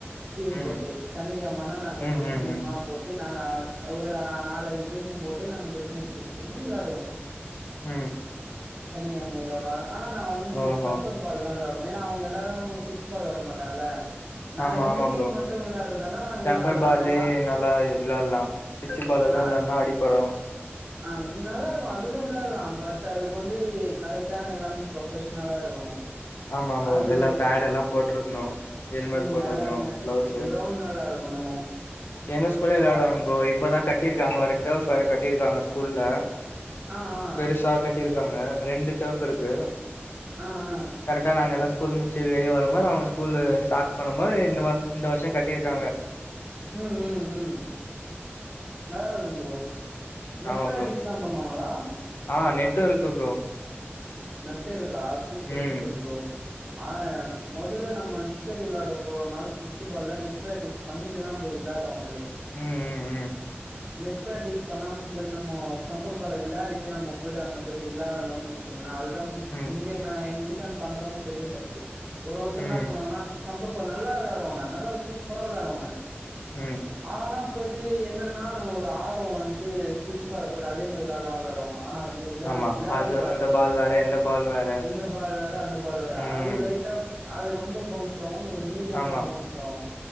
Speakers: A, on the right; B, on the left.
A: டீம்
B: ம்
A: போட்டு சனிக்கிழமன்ன நாங்க
B: ம்
A: போட்டு
B: ம்
A: டீம்மா
B: ம்
A: போட்டு நாங்க ஒரு நாலஞ்சு டீமு போட்டு நாங்க பெட் மேச் வச்சுன்னு வெளாடுவோ
B: ம்
A: சனிக்கிழம வெளாடுவோ ஆனா நா வந்து இந்த
B: ஓஹோ
A: ஸ்டம்பர் பால் ல வெளாடுவே ஏன்னா அவுங்க எல்லாரு டிச் பால் வெளயாட மாட்டாங்கல்ல நாங்க
B: ஆமா
A: ரெண்டு
B: ஆமா
A: டீம்
B: ப்ரோ
A: மட்டு விளாடுறதுனா நாங்க
B: டெம்பர்
A: விளாடலா
B: பாலே
A: நாங்க நா
B: நல்லா விளையாடலாம் சுவிச் பால் எல்லாம்
A: நா
B: விளையாடுனா அடிப்படு
A: ஆ நல்லா இருக்கு அதுல விளையாலாம் பட் அதுக்கு வந்து கரெக்டான எல்லாமே ப்ரொபஷனலா இருக்கணு
B: ஆமா ப்ரோ
A: அது
B: எல்லா பேட் எல்லா போட்ருக்கணு ஹெல்மெட்
A: ம்
B: போட்ருக்கணு
A: எல்லாமே
B: கிளவுஸ்
A: கிரௌண்ட் நல்லா இருக்கணு
B: எங்க ஸ்கூல்லயு விளையாடுவாங்க
A: பா
B: ப்ரோ இப்பதா கட்டிருக்காங்க வேற டெப் வரை கட்டியிருக்காங்க ஸ்கூல்ல
A: ஆ ஆ
B: பெருசா கட்டி இருக்காங்க ரெண்டு டேப் இருக்கு
A: ஆ ஆ
B: கரெக்டா நாங்கல்ல ஸ் ஸ்கூல் முடிச்சு வெளிய வரும்போது அவுங்க ஸ்கூல் ஸ்டாட் பண்ணும்போது இந்த இந்த வருஷோ கட்டியிருக்காங்க
A: ம் ம் ம் நல்லா இருக்கும் ப்ரோ நெட்
B: ஆமா
A: பிராக்டிஸ்
B: ப்ரோ
A: தா பண்ணுவாங்ளா
B: ஆ நெட் ஒர்க் ப்ரோ
A: நெட்டு ஆ சூப்பர்
B: ம்
A: சூப்பர் ப்ரோ ஆ மொதல்ல நம்ம கிரிக்கெட் விளாட போறம்னா ஸ்விட்சு பால்ல நெட் பிராக்டிஸ் பண்ணிட்டு தா போய் விளாடுவாங்களே
B: ம் ம் ம்
A: நெட் பிராக்டிஸ் பண்ணாம போயிட்டு நம்ம ஸ்டெம்பர் பால விளயாடிட்டு நமப போயிட்டு அங்க போயிட்டு விளயாடலைன்னு வச்சுக்கோங்கலே அது
B: ம் ம்
A: இங்க நா எங்க வீட்டு இதுதான் பண்றோ பெரிய தப்பு ஒரு ஒருத்தர்
B: ம்
A: என்னா பண்ணுவாங்கனா
B: ம்
A: ஸ்டம் பர் பால் நல்லா வெளாடுவாங்க நல்லா சூப்பரா வெளாடுவாங்க
B: ம்
A: ஆனா போயிட்டு என்னன் னா ஒரு ஆர்வ வன்ட்டு ஸ்டிச்சு பால போடு அதே மாரி விளால்லா விளாடுவாங்க ஆனா அதுமேர் விளாட்
B: ஆமா
A: விளாடவே
B: அது
A: கூடாது
B: இந்த பால் வேற இந்த பால் வேற
A: இந்த பால் வேற அந்த பால் வேற
B: ம்
A: அது லைட்டா அது ரொம்ப பவுன்ஸ் மாவு இது மீடியம்
B: ஆமா
A: தா பவுன்ஸாவு